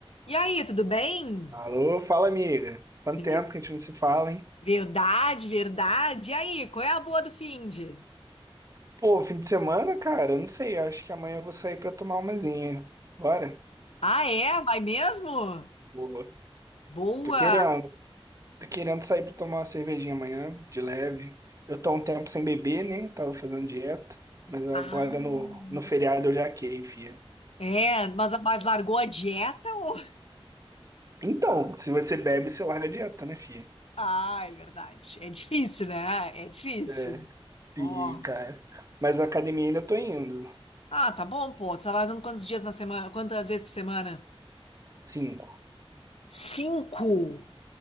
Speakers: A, on the left; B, on the right.
A: E aí, tudo bem?
B: Alô, fala amiga. Quanto
A: Bele-
B: tempo que a gente não se fala, hein?
A: Verdade, verdade. E aí, qual é a boa do finde?
B: Pô, fim de semana, cara, eu não sei. eu Acho que amanhã eu vou sair pra tomar umazinha. Bora?
A: Ah, é? Vai mesmo?
B: Boa.
A: Boa.
B: Tô querendo. Tô querendo sair pra tomar uma cervejinha amanhã, de leve. Eu tô há um tempo sem beber, né? Tava fazendo dieta. Mas agora
A: Ah,
B: no, no feriado eu já quei, fia.
A: é, mas, mas largou a dieta ou... <laughs>
B: Então, se você bebe, você larga a dieta, né, fia?
A: Ah, é verdade. É difícil, né? É difícil.
B: É, sim,
A: Nossa.
B: cara. Mas a academia ainda tô indo.
A: Ah, tá bom, pô. Tu tá fazendo quantos dias na semana? Quantas vezes por semana?
B: Cinco.
A: Cinco.